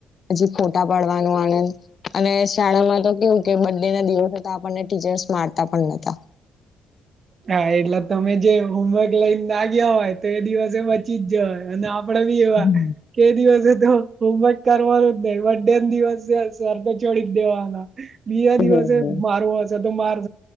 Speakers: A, on the left (about 50°); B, on the right (about 45°).
A: હજી ખોટા પાડવાનું આણંદ, અને શાળામાં તો કેવું કે બર્થડે ના દિવસો તો આપણને ટીચર્સ મારતા પણ નોતા.
B: હા એટલે તમે જે હોમવર્ક લઈને તાગ્યા હોય તો એ દિવસે બચી જ જય અને આપ. પડી બી એવા.
A: હમ
B: એ દિવસે તો હોમવર્ક કરવાનું જ નહીં બથૅડે દિવસે શરતો છોડી જ દેવાના, બીજ
A: હમ
B: દિવસે માર હશે તો મારે.